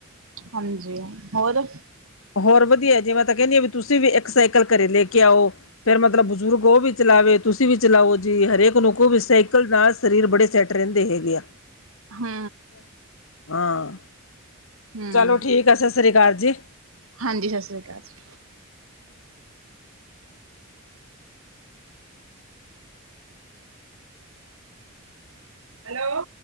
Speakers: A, on the right; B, on the left.
A: ਹਾਂਜੀ, ਹੋਰ।
B: ਹੋਰ ਵਧੀਆ, ਜਿਵੇਂ ਤਾਂ ਕਹਿੰਦੀ ਆ ਵੀ ਤੁਸੀਂ ਵੀ ਇੱਕ ਸਾਈਕਲ ਘਰੇ ਲੈ ਕੇ ਆਓ। ਫੇਰ ਮਤਲਬ ਬਜ਼ੁਰਗ ਉਹ ਵੀ ਚਲਾਵੇ। ਤੁਸੀਂ ਵੀ ਚਲਾਓ ਜੀ। ਹਰੇਕ ਨੂੰ ਕਹੋ ਸਾਈਕਲ ਨਾਲ ਸਰੀਰ ਬੜੇ ਸੈੱਟ ਰਹਿੰਦੇ ਹੈਗੇ ਆ।
A: ਹਮ।
B: ਹਾਂ,
A: ਹੂੰ-ਹੂੰ
B: ਚਲੋ ਠੀਕ ਹੈ, ਸਤਿ ਸ਼੍ਰੀ ਅਕਾਲ ਜੀ।
A: ਹਾਜੀ, ਸਤਿ ਸ਼੍ਰੀ ਅਕਾਲ ਜੀ। ਹੈਲੋ।